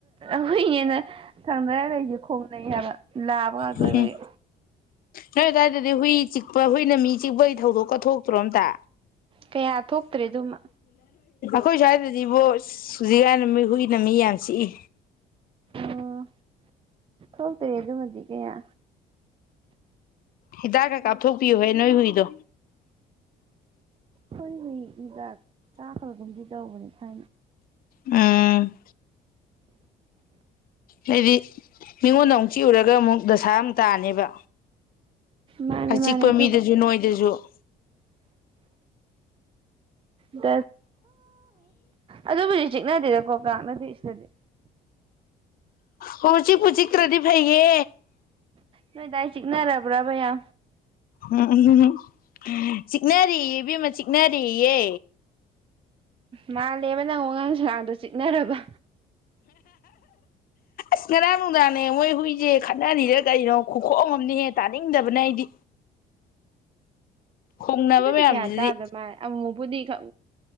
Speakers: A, on the right; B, on the left.
A: ꯑꯗꯨ ꯌꯦꯟꯅ ꯊꯪꯅ ꯌꯥ ꯂꯩꯁꯦ ꯈꯣꯡꯅꯩ ꯍꯥꯏꯕ ꯂꯥꯕ ꯉꯥꯛꯇꯣꯏꯕꯒꯤ
B: ꯍꯨꯝ ꯅꯣꯏ ꯑꯗꯥꯏꯗꯗꯤ ꯍꯨꯏ ꯆꯤꯛꯄ ꯑꯩꯈꯣꯏꯅ ꯃꯤ ꯆꯤꯛꯄꯒꯤ ꯊꯧꯗꯣꯛ ꯀꯊꯣꯛꯇ꯭ꯔꯣ ꯑꯇ
A: ꯀꯌꯥ ꯊꯣꯛꯇ꯭ꯔꯦ ꯑꯗꯨꯃ
B: ꯈꯣꯏ ꯁ ꯔꯤꯚꯣꯁ ꯁꯨꯖꯤꯒ ꯅꯃꯤ ꯍꯏ ꯅꯃꯤ ꯌꯥ ꯁꯤꯏ
A: ꯑꯣ ꯊꯣꯛꯇꯔꯦ ꯑꯗꯨꯃꯗꯤ ꯀꯌꯥ
B: ꯍꯤꯗꯥꯛ ꯈ ꯀꯥꯞꯊꯣꯛꯄꯤꯌꯨꯍ ꯅꯣꯏ ꯍꯨꯏꯗꯣ
A: ꯍꯣꯏ ꯍ ꯏꯒ ꯀꯥ ꯍꯜꯒꯝ ꯇꯧꯕꯕꯅꯤꯅ
B: ꯎꯝ ꯍꯥꯏꯗꯤ ꯃꯤꯉꯣꯟꯗ ꯑꯃꯨꯛ ꯆꯤꯛꯎꯨꯔꯒ ꯑꯃꯨꯛ ꯗꯁꯥ ꯑꯃꯨꯛ ꯇꯥꯅꯦꯕ
A: ꯃꯥꯅꯦ
B: ꯑꯆꯤꯛꯄ
A: ꯃꯥꯅꯦ ꯑꯗꯨꯕꯨꯗꯤ
B: ꯃꯤꯗꯁꯨ ꯅꯣꯏꯗꯁꯨ <unintelligible>
A: ꯠ ꯑꯗꯣ ꯆꯖꯤꯛꯅꯗꯦꯗꯀꯣ ꯂꯥꯛꯅꯗꯦ ꯁꯤꯗꯗꯤ
B: ꯍꯧꯖꯤ ꯄꯨꯖꯤ ꯀ ꯔꯦꯗꯤ ꯐꯩꯌꯦ
A: ꯅꯣꯏ ꯇꯏꯁꯤꯅ ꯔꯕ꯭ꯔꯕꯩꯌꯥ
B: ꯎꯝ ꯎ ꯆꯤꯛꯅꯔꯤ ꯏꯕꯤꯃ ꯆꯤꯛꯅꯔꯤꯌꯦꯦ
A: ꯃꯥꯜꯂꯦꯕ ꯅꯪ ꯋꯥꯉꯥꯡꯁꯨꯒꯥꯡꯗꯣ ꯆꯤ ꯅꯦꯔꯔꯕ
B: ꯉꯅꯥꯅꯅꯨꯡꯗꯥꯅꯦ ꯑꯩꯈꯣꯏꯁꯦ ꯈꯠꯅꯔꯤꯗ ꯀꯔꯤꯩꯅꯣ ꯈꯨꯈꯣꯡ ꯑꯝꯅꯦꯍꯦ ꯇꯥꯅꯤꯡꯗꯕꯅ ꯑꯩꯗꯤ ꯈꯣꯡꯅꯕ
A: ꯀꯌꯥ
B: ꯃꯌꯥꯝꯁꯤꯗꯤ
A: ꯇꯗ ꯃꯥꯥꯏꯨ ꯄꯨꯗꯤ ꯍ